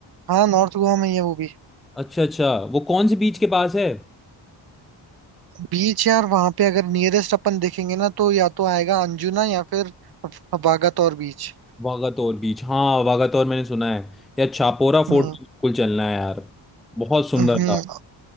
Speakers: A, on the right; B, in the centre.
A: हाँ नॉर्थ गोवा में ही है वो भी
B: अच्छा अच्छा वो कौन से बीच के पास है
A: बीच यार वहां पे अगर नियरेस्ट अपन देखेंगे ना तो या तो आएगा अंजुना या फिर वागातोर बीच
B: वागातोर बीच हाँ वागातोर मैंने सुना है यार चापोरा फोर्ट
A: हम्म
B: तो बिल्कुल चलना है यार बहुत सुंदर
A: हम्म
B: था